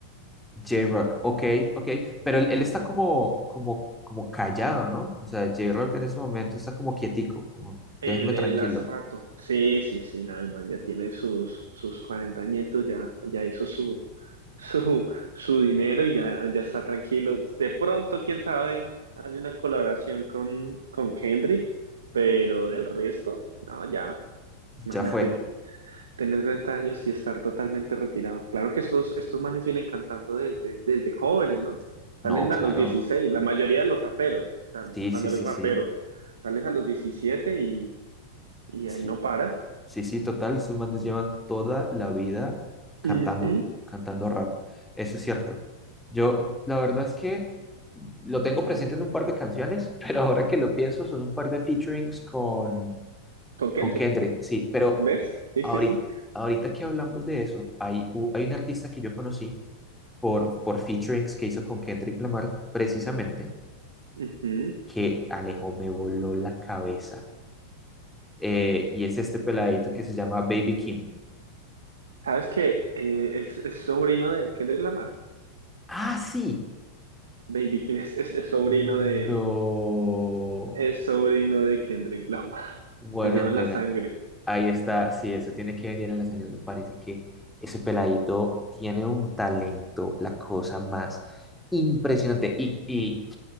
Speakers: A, in the centre; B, on the right.
A: J-Rock, ok, ok, pero él, él está como, como, como callado, ¿no? O sea, J-Rock en ese momento está como quietico, como
B: Él,
A: déjenme tranquilo,
B: él hace rato. Sí, sí, sí, nada, el man ya tiene sus, sus 40 añitos, ya, ya hizo su, <laughs> su, su dinero y ya, ya está tranquilo. De pronto, quién sabe, hace una colaboración con, con Kendrick, pero del resto, no, ya, imagínate
A: ya fue.
B: tener 40 años y estar totalmente retirado. Claro que estos, estos manes vienen cantando desde, desde jóvenes, ¿no? Salen
A: No,
B: a
A: claro,
B: los 16, la mayoría de los raperos, o sea,
A: sí,
B: cuando
A: sí, sí,
B: eres rapero,
A: sí,
B: sales a los 17 y, y
A: sí,
B: ahí no paras.
A: sí, sí, total, esos manes llevan toda la vida cantando,
B: Ujú,
A: cantando rap, eso es cierto. Yo, la verdad es que lo tengo presente en un par de canciones, <laughs> pero ahora que lo pienso, son un par de featurings con
B: Con Kendrick,
A: Con Kendrick, sí, pero
B: ¿ves? Sí,
A: ahorita,
B: sí, sí.
A: ahorita que hablamos de eso, hay, u- hay un artista que yo conocí por, por featurings que hizo con Kendrick Lamar, precisamente,
B: Ujú.
A: que Alejo me voló la cabeza. Eh, y es este peladito que se llama Baby Kim.
B: ¿Sabes que es, es sobrino de Kendrick Lamar?
A: Ah, sí.
B: Baby, ¿quién es? Es, es sobrino
A: No.
B: de, es sobrino de Kendrick Lamar. <laughs>
A: Bueno,
B: Le llevan
A: mira,
B: la sangre.
A: ahí está, sí, eso tiene que venir en la sangre. Me parece que ese peladito tiene un talento, la cosa más impresionante. Y, y